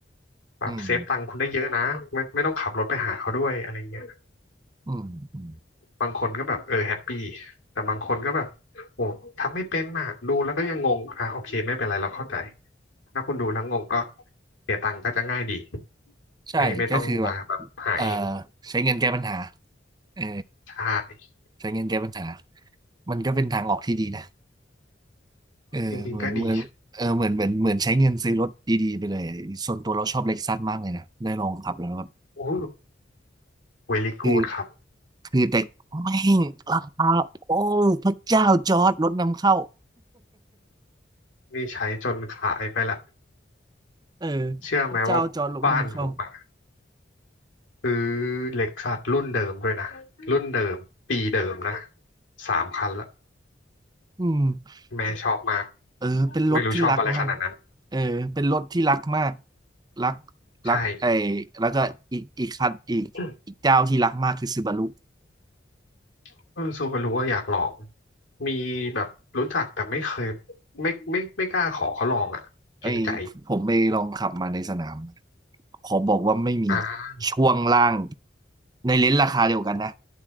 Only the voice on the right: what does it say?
อืมอืมอืม
ใช่ก็คือแบบ
เอ่อใช้เงินแก้ปัญหาเออ
ใช้เงินแก้ปัญหามันก็เป็นทางออกที่ดีนะเออเหมือนเหมือนเออเหมือนเหมือนเหมือนใช้เงินซื้อรถดีๆไปเลยส่วนตัวเราชอบเล็กซัสมากเลยนะได้ลองขับแล้วแบบ
คือคือแต่แม่งราคาโอ้พระเจ้าจอร์ดรถนำเข้า
เออ
พระเจ้าจอร์ดรถนำเข้า
อืม
เออเป็นรถที่รักมาก
เออเป็นรถที่รักมากรัก
รักไอ้แล้วก็อีกอีกคันอีกอีกเจ้าที่รักมากคือซูบารุ
ไอ้ผมไปลองขับมาในสนามขอบอกว่าไม่มี
ช่วงล่างในเลนส์ราคาเดียวกันนะ